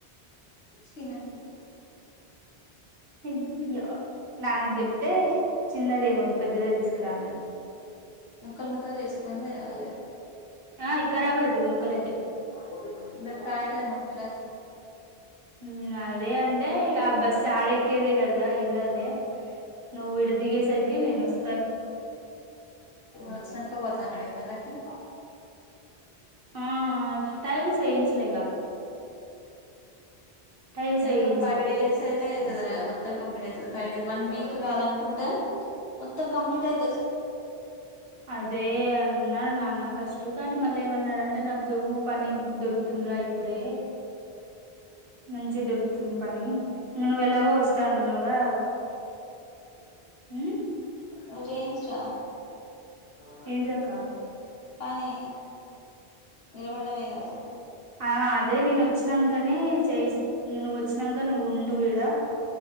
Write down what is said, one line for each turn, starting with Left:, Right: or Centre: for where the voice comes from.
Left: తినకూడదు
Right: హైయా నాన్నకి చెప్తే చిన్న దేమి పెద్దదే తీసుకురాన్నాడు
Left: ముక్కలు ముక్కలు చేసుకొని తేవాలే
Right: ఆ ఖరాబ్ అయితది ముక్కలైతే
Left: అది కాయి కాయ్ మేము <unintelligible>
Right: హమ్ అదే అండే ఆహ్ బస్ ఆడకదేగద్ర ఇంకాద్ లే నువ్వు ఇడ దిగే సైరికి నేను వస్త
Left: వచ్చినంక పోతాన్నాడు ఇనలకి
Right: ఆ టైల్స్ వేయించలేగా టైల్స్
Left: ఏందో
Right: వేయించాలి
Left: ఫైవ్ డేస్ అయితే అయితదీర మత్తం కంప్లీట్ అయిత ఫైవ్ డే వన్ వీక్ కాద్ అనుకుంట తం కంప్లీట్ అయితది
Right: అదే అన్నా నాన్న ఫస్ట్ కానీ మళ్ళీ ఏమ న్నాడంట నాకేమో పని దొరుకుతుందిరా ఇప్పుడే మంచి దొరుకుతుంది పని ఇగా నువ్వు ఎలాగో వస్తా అంటున్నావుగా హమ్
Left: నువు చేయించుర్రా <unintelligible>
Right: ఏంటిదక్క
Left: కానీ నిలబడమే కాదా
Right: ఆహ్ అదే నెన్ వచ్చినంగ్ ఇంకనే చే ఇంగా నువ్వు వచ్చినాక నువ్వు ఉండుఈడ